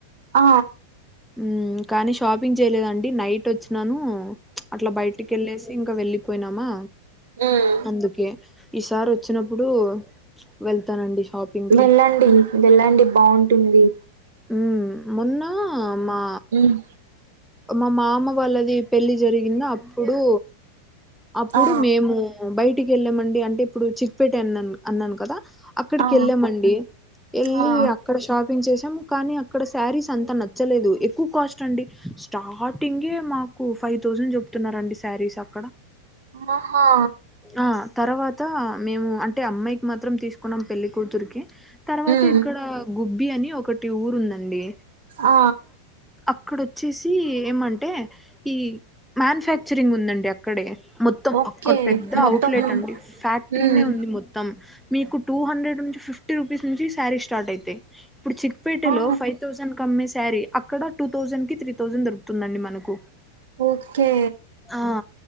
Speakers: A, on the right; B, in the centre.
A: ఆ
B: మ్మ్ కానీ షాపింగ్ చేయలేదండి నైట్ వచ్చినాను అట్లా బయటికి వెళ్ళేసి ఇంకా వెళ్ళి పోయినామా
A: ఉమ్
B: అందుకే ఈసారి వచ్చినప్పుడు వెళ్తానండి షాపింగ్కి
A: వెళ్ళండి వెళ్ళండి బాగుంటుంది
B: మ్మ్ మోన్న మా
A: ఉమ్
B: మా మామ వాళ్ళది పెళ్లి జరిగినా అప్పుడు అప్పుడు
A: ఆ
B: మేము బయటికి వెళ్ళామండి అంటే ఇప్పుడు చిక్పేట అన్నా అన్నాను కదా అక్కడికి
A: ఆ
B: వెళ్ళామండి వెళ్ళి
A: ఆ
B: అక్కడ షాపింగ్ చేసి కానీ అక్కడ శారీస్ అంత నచ్చలేదు ఎక్కువ కాస్ట్ అండి స్టార్టింగే మాకు ఫైవ్ థౌసండ్ చెప్తున్నారండి శారీస్ అక్కడ
A: ఆహా
B: ఆ తర్వాత మేము అంటే అమ్మాయికి మాత్రం తీసుకున్నాం పెళ్ళికూతురికి తర్వాత
A: ఉమ్
B: ఇక్కడ గుబ్బి అని ఒకటి ఊరు ఉందండి
A: ఆ
B: అక్కడొచ్చేసి ఏమంటే ఈ మ్యానుఫ్యాక్చరింగ్ ఉందండి అక్కడే మొత్తం
A: ఓకే
B: అక్కడ పెద్ద
A: మొత్తం
B: అవుట్లెట్ అండి ఫ్యాక్టరీనే
A: ఉమ్
B: ఉంది మొత్తం మీకు టూ హండ్రెడ్ నుంచి ఫిఫ్టీ రూపీస్ నుంచి శారీ స్టార్ట్ అయితాయి ఇప్పుడు చిక్పేటలో
A: ఆ
B: ఫైవ్ థౌజండ్ కమ్సే సరీ అక్కడ టూ థౌసండ్ కి త్రీ థౌసండ్ దొరుకుతుందండి మనకు
A: ఓకే
B: ఆ